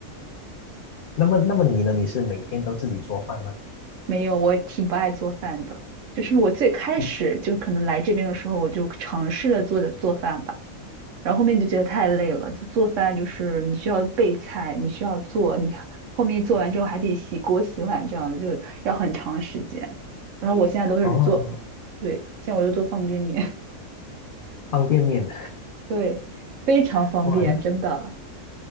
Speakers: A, on the left; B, on the right.
A: 那么，那么你呢？你是每天都自己做饭吗？
B: 没有，我挺不爱做饭的。就是我最开始就可能来这边的时候，
A: 嗯，
B: 我就尝试着做做饭吧，然后后面就觉得太累了。就做饭就是你需要备菜，你需要做，你还后面做完之后还得洗锅洗碗，这样子就要很长时间。然后我现在都是做，
A: 哦，
B: 对，现在我就做方便面，
A: 方便面，
B: <laughs> 对，非常方便，
A: <laughs> 哇，那
B: 真的。